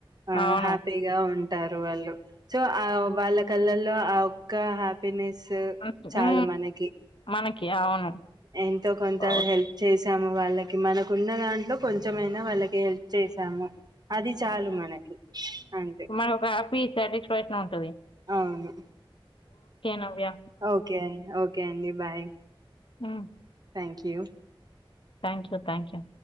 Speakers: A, on the right; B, on the left.
A: ఆ
B: అవును.
A: హ్యాపీగా ఉ టారు వాళ్ళు సో ఆ వాళ్ళ కళ్ళల్లో ఆ ఒక్క హ్యాపీనెస్
B: మ్
A: చాలు
B: ఊ
A: మనకి
B: మనకి అవును.
A: ఎంతో కొంత
B: ఓహ్!
A: హెల్ప్ చేసి తాము వాళ్ళకి మనకున్న దాంట్లో కొంచెమైనా వాళ్ళకి హెల్ప్ చేసాము అది చాలు మనకి అంతే
B: మనొక హ్యాపీస్ ప్రయత్నం ఉంటుంది
A: అవును
B: నవ్య.
A: ఓకేఓకే కేండి బాయ్
B: ఆ
A: thank you
B: thank you thank you